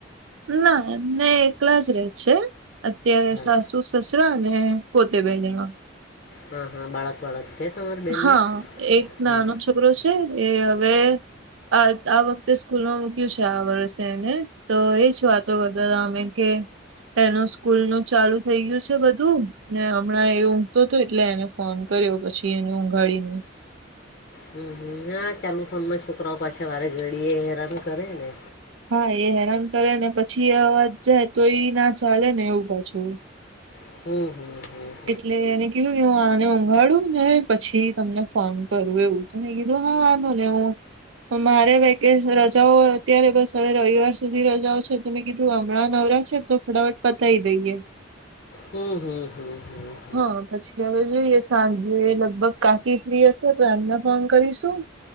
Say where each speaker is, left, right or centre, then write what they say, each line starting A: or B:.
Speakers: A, on the right (about 85°); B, on the left (about 50°).
A: નાને એકલા જ રે છે અત્યારે
B: હા
A: સાસુ. સસરા અને પોતે બે જણા.
B: હા હા બાળક વાળક છે તમારી બેનને
A: હા એક નાનો
B: હ.
A: છોકરો છે એ હવે આ આ વખતે સ્કૂલમાં મૂક્યું છે આ વર્ષે એને તો એજ વાતો કરતા હતા અમે કે. એનું સ્કૂલ નું ચાલુ થઈ ગયું છે બધું. ને હમણાં એ ઊંઘતો તો, એટલે એને ફોન કર્યો પછી એને ઊંઘાડીને.
B: હમ્મ-હમ્મ, ના ચાલુ ફોનમાં છોકરાઓ પાછા વારે ઘડી એ હેરાન કરે ને.
A: હા એ હેરાન કરે ને પછી એ અવાજ જાય તો ઈ ના ચાલે ને એવું પાછું.
B: હમ હમ હમ.
A: એટલે એને કીધું કે હું આને ઊંઘાડું ને પછી તમને ફોન કરું એવું. હે ગી હા નો નવું. મારે વકે રજાઓ અત્યારે બસ હવે રવિવાર સુધી રજાઓ છે ત મેં કીધું હમણાં નવરા છે તો. ફટાફટ પતાઈ દઈએ.
B: હમ હમ હમ હમ.
A: હા પછી હવે જોઈએ સાંજે લગભગ કાકી ફ્રી હશે તો એમને ફોન કરીશું.